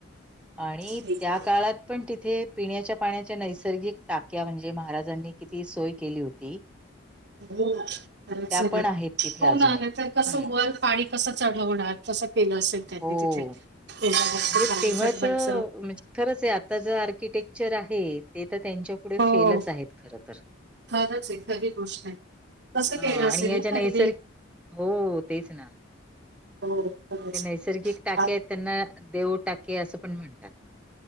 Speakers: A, in the centre; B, on the right.
A: आणि
B: ठीक
A: त्या काळात पण तिथे पिण्याच्या पाण्याच्या नैसर्गिक टाक्या म्हणजे महाराजांनी. किती सोय केली होती
B: <unintelligible> हो बरच
A: त्या
B: आहे
A: पण
B: ना
A: आहेत तिथे
B: हो
A: अजूनही.
B: ना नाही तरर कसं
A: हं.
B: वर पाणी कसं चढवणार. तसं केलं असेल त्यांनी
A: हो.
B: तिथे म्हणम
A: म्हणजे तेव्हाचं
B: सन म्हणच.
A: म्हणजे खरंच आहे आता ज आर्किटेक्चर आहे ते तर त्यांच्या. पुढे फेलच
B: हो
A: आहेत खर तर
B: खरंच आहे खरी गोष्ट आहे कसं
A: हा
B: केलं
A: आणि
B: असेल
A: याच्या
B: ना त्यांनी
A: नैसर्ग <inaudible> हो तेच ना
B: हो खरंच
A: ते नैसर्गिक टाके
B: आ-
A: आहेत त्यांना देव टाके असं पण म्हणतात